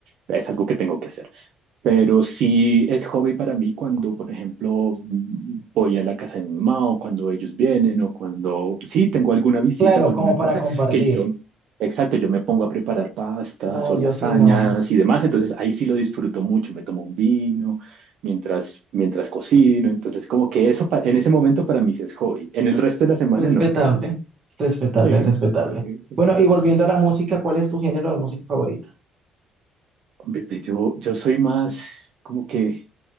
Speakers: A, on the right (about 65°); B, on the right (about 45°).
A: Es algo que tengo que hacer. Pero sí es hobby para mí cuando, por ejemplo, mm, voy a la casa de mi mamá o cuando ellos vienen o cuando sí tengo alguna visita
B: Claro,
A: o alguna
B: como para
A: cosa
B: compartir.
A: que yo, exacto, yo me pongo a preparar pastas
B: No,
A: o lasañas
B: yo sí, no.
A: y demás. Entonces ahí sí lo disfruto mucho. Me tomo un vino mientras, mientras cocino. Entonces como que eso pa- en ese momento para mí sí es hobby. En el resto de la semana
B: Respetable,
A: no.
B: respetable,
A: Sí,
B: respetable.
A: sí, sí,
B: Bueno,
A: sí.
B: y volviendo a la música, ¿cuál es tu género de música favorita?
A: Hombre, pues yo, yo soy más como que...